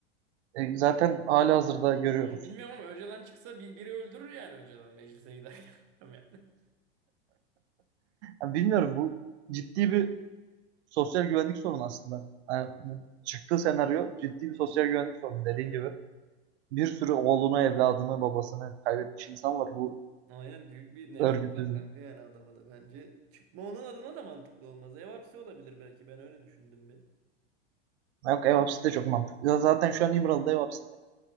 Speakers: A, on the right; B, on the right.
A: E, zaten halihazırda görüyoruz.
B: Ama bilmiyorum ama Öcalan çıksa bir, biri öldürür yani Öcalan'ı meclise giderken. <laughs> Bilmiyorum
A: Yani bilmiyorum bu ciddi bir sosyal güvenlik sorunu aslında. Yani bu çıktığı senaryo ciddi bir sosyal güvenlik sorunu
B: yani.
A: dediğin
B: Aynen.
A: gibi. Bir sürü oğlunu, evladını, babasını kaybetmiş insan var bu
B: Aynen büyük bir nefret
A: örgütün.
B: var kanka yani adama da bence. Çıkma onun adına da mantıklı olmaz. Ev hapsi olabilir belki ben öyle düşündüm bir.
A: Yok ev hapsi de çok mantıklı. Ya Zaten şu an İmralı'da ev hapsi